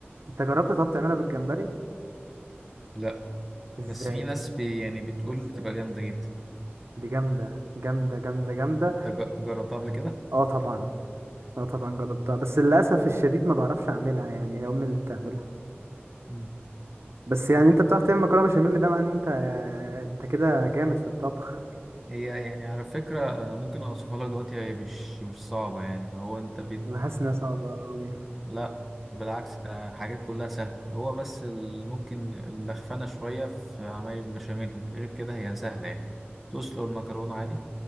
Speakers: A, on the right (about 75°); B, in the centre.
A: انت جربت طب تعملها بالجمبري
B: لا
A: ازاي
B: بس في ناس بي يعني بتقول
A: ازاي
B: بتبقى جامده جدا
A: دي جامده جامده جامده جامده
B: انت ج- جربتها قبل كده
A: اه طبعا اه طبعا جربتها بس للاسف الشديد ما بعرفش اعملها يعني هي امي اللي بتعملها
B: مم.
A: بس يعني انت بتعرف تعمل مكرونه بشاميل ده معناه ان انت انت كده جامد في الطبخ
B: هي يعني على فكره أنا ممكن اوصفها لك دلوقتي هي مش مش صعبه يعني لو هو انت بت
A: انا حاسس انها صعبة أوي
B: لا بالعكس ده حاجات كلها سهلة هو بس اللي ممكن اللخفنة شوية في عمايل البشاميل غير كده هي سهلة يعني تسلق المكرونة عادي